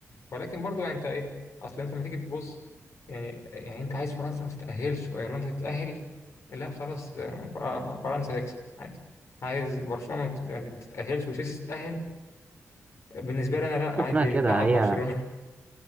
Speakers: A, on the left; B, on the right.
A: ولكن برضو يعني انت ايه اصل انت لما تيجي تبص يعني يعني انت عايز فرنسا ما تتأهلش وايرلندا تتأهل لا خلاص آه، ف- آه، فرنسا تكسب عادي عايز برشلونة ما تت- يعني ما تتأهلش وتشيلسي تتأهل بالنسبة لي
B: مفيش
A: انا لا
B: حاجة
A: عادي
B: اسمها كده
A: تلعب
B: هي
A: برشلونة